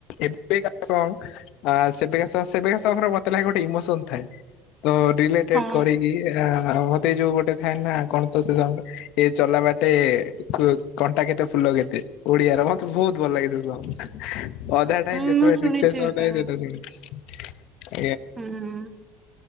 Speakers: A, on the left (about 70°); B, on the right (about 20°).
A: ଏବେକା ସଙ୍ଗ ଆ ସେବେକା ସଙ୍ଗ ସେବେକା ସଙ୍ଗ ମତେ ଲାଗେ ଗୋଟେ ଇମୋସନ ଥାଏ। ତ ରିଲେଟେଡ
B: ହଁ
A: କରିକି ଆ ମତେ ଯୋଉ ଗୋଟେ ଥାଏ ନା କଣ ତ ସେ ସଙ୍ଗରେ ଏ ଚଲା ବାଟେ କୁ କଣ୍ଟା କେତେ ଫୁଲ କେତେ ଓଡିଆର ମତେ ବହୁତ ଭଲ ଲାଗେ ସେ ସବୁ। <inaudible> ଅଧା ଟାଇମ୍
B: ହୁଁ
A: ଯେତେ
B: ମୁଁ ଶୁଣିଛି
A: ସେ
B: ଏଟା
A: <unintelligible> ଆଜ୍ଞା।
B: ହୁଁ।